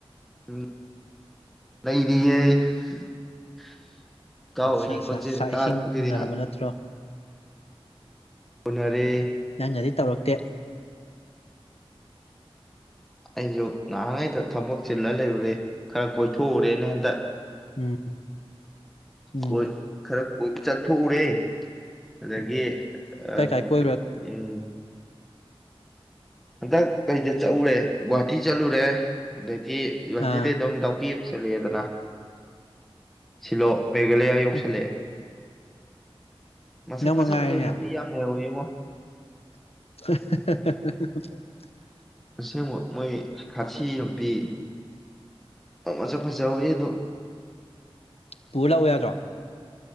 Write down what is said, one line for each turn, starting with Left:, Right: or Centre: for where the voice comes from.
Centre: ꯎꯝ ꯂꯩꯔꯤꯌꯦ <unintelligible> ꯀꯥꯎꯣ
Left: ꯑꯠꯆꯥ
Centre: ꯏ
Left: ꯑꯠꯆꯥ
Centre: ꯈꯣꯦ
Left: ꯆꯥꯛ
Centre: ꯇꯥꯔ
Left: ꯏꯁꯤꯡ
Centre: ꯀꯕꯤꯗꯅ
Left: ꯎꯅꯔꯕ ꯅꯠꯇ꯭ꯔꯣ
Centre: ꯎꯅꯔꯦ
Left: ꯅꯪꯅꯗꯤ ꯇꯧꯔꯛꯇꯦ
Centre: ꯑꯩꯁꯨ ꯉꯥꯏꯍꯉꯩꯗ ꯊꯕꯛ ꯆꯤꯜꯂ ꯂꯩꯔꯨꯔꯦ ꯈꯔ ꯀꯣꯏꯊꯣꯛꯎꯔꯦꯅ ꯍꯟꯗ
Left: ꯎꯝ ꯎꯝ
Centre: ꯍꯣꯏ ꯈꯔ ꯀꯣꯏꯕ ꯆꯠꯊꯣꯛꯎꯔꯦ ꯑꯗꯒꯤ ꯑꯦ
Left: ꯀꯥꯏ ꯀꯥꯏ ꯀꯣꯏꯔꯨꯔ
Centre: ꯎꯝ ꯍꯟꯗꯛ ꯀꯩꯗ ꯆꯠꯎꯨꯔꯦ ꯒꯨꯍꯥꯇꯤ ꯆꯠꯂꯨꯔꯦ ꯑꯗꯩ
Left: ꯑꯥ
Centre: ꯗꯤ ꯑꯗꯨꯝ ꯅꯨꯄꯤ ꯑꯃꯁꯠꯂꯛꯑꯦꯗꯅ ꯁꯤꯂꯣ ꯃꯦꯘꯂꯌꯥ ꯌꯧꯁꯂꯦ
Left: ꯎꯝ
Centre: ꯃꯁꯨ
Left: ꯅꯪ
Centre: ꯐꯖ
Left: ꯃꯉꯥꯏꯔꯦꯅꯦ
Centre: ꯐꯖꯕ ꯅꯨꯄꯤ ꯌꯥꯝ ꯂꯩꯔꯧ ꯌꯦꯡꯉꯣ
Left: <unintelligible>
Centre: ꯑꯁꯦꯡꯕ ꯃꯣꯏ ꯈꯥꯁꯤ ꯅꯨꯄꯤ ꯑꯃꯖ ꯐꯖꯍꯧꯋꯤ ꯑꯗꯣ
Left: ꯄꯨ ꯂꯥꯛꯑꯣ ꯌꯥꯗ꯭ꯔꯣ